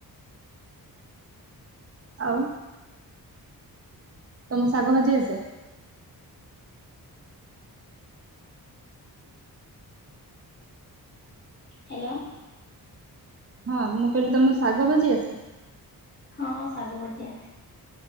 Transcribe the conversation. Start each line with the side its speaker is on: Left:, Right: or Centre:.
Right: ଆଉ? ତମ ଶାଗ ଭାଜି ଆସେ?
Left: ହାଲୋ।
Right: ହଁ ମୁଁ କହିଲି ତମକୁ ଶାଗ ଭାଜି ଆସେ?
Left: ହଁ ଶାଗ ଭାଜିଆସେ।